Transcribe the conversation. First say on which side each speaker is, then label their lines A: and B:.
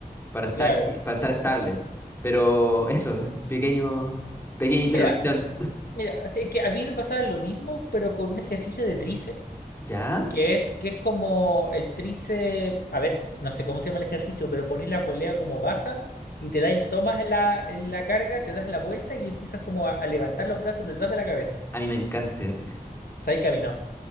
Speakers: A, on the left; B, on the left.
A: para estar,
B: Claro.
A: para estar estable. Pero eso, pequeño, pequeña
B: Mira,
A: intervención.
B: mira, así que a mí me pasaba lo mismo, pero con un ejercicio de tríceps,
A: ¿Ya?
B: que es, que es como el tríceps, a ver, no sé cómo se llama el ejercicio, pero ponís la polea como baja y te da el, tomas la, la carga, te das la vuelta y empiezas como a, a levantar los brazos detrás de la cabeza.
A: A mí me encanta ese ejercicio.
B: ¿Sabes que a mí no?